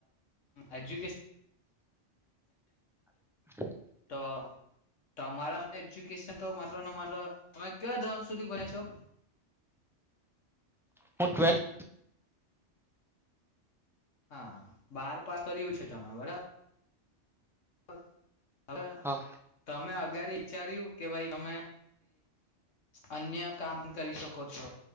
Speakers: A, on the left (about 85°); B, in the centre.
A: એજ્યુકેશન
B: <inaudible>
A: તો તમારા માટે એજુકેશન તો માત્ર ને માત્ર તમે કેવા ધણ સુધી બને છો.
B: હું ટ્વેલ્થ
A: હા બાર પાસ કર્યું છે તમે બરાબર હા હવે
B: હા
A: તમે આજ અગ વિચાર્યું કે ભાઈ તમે અન્ય કામ કરી શકો છો.